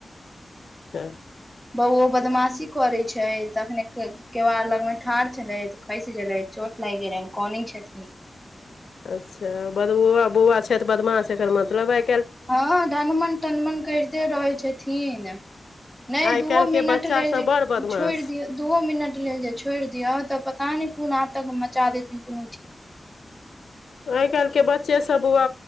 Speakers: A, on the left (about 85°); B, in the centre.
A: अ
B: बौओ बदमाशी करै छै तखने केबा लगमे ठाढ़ छलथि खसि गेलथि छोट नय गेलनि कानय छथिन
A: अच्छा बदबुआ बौआ छै तऽ बदमाशे एकर मतलब आ
B: हँ धनमन तनमन करिते रहै छथिन नहि
A: आइ
B: दूओ
A: काल्हिके
B: मिनट
A: बच्चा
B: लेल
A: सभ
B: जे
A: बड़ बदमाश
B: छोड़ि दियौ दूओ मिनट लेल जे छोड़ि दियौ तऽ पता नहि पूना तक मचा देथिन कोनो ठीक
A: ह आइ काल्हि के बच्चे सब बुआ